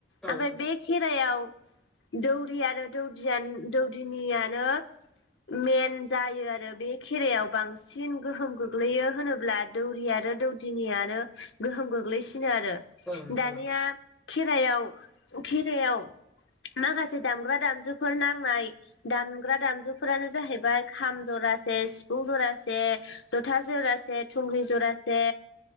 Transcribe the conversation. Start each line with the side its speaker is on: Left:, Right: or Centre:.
Centre: औ
Left: ओमफ्राय बे खेराइायाव दौरि आरो दौदिय दौदिनियानो मेन जायो आरो बे खेरायाव बांसिन गोहोम गोग्लैयो होनोब्ला दौरि आरो दौदिनियानो गोहोम गोग्लैसिनो आरो
Centre: औ नोंथां
Left: दानिया खेरायाव खेराइायाव माखासे दामग्रा दामजुफोर नांनाय दामग्रा दामजुफोरानो जाहैबाय खाम जरासे सिफुं जरासे जथा जरासे थुंग्रि जरासे